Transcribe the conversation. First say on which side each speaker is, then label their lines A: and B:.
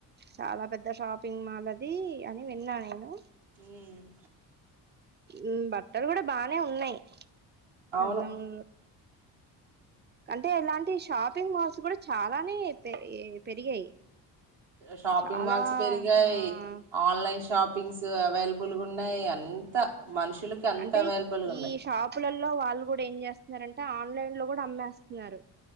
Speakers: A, on the right; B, on the right.
A: చాలా పెద్ద షాపింగ్ మాల్ అది ఇది అని విన్నా నేను
B: ఉమ్
A: ఉమ్ బట్టలు కూడా బానే ఉన్నాయి ఖజాము
B: అవును
A: అంటే ఇలాంటి షాపింగ్ మాల్స్ కూడా చాలానే పెరిగాయి
B: షాపింగ్
A: చాలా
B: మాల్స్ పెరిగాయి
A: ఆ
B: ఆన్లైన్ షాప్ పింగ్స్ అవైలబుల్ గా ఉన్నాయి అంత మనుషులకి అంత
A: అంటే
B: అవైలబుల్ గా ఉన్నాయి
A: ఈ షాపులలో వాళ్ళు కూడా ఏ చేంటే ఆన్లైన్ లో కూడా అమ్మేస్తున్నారు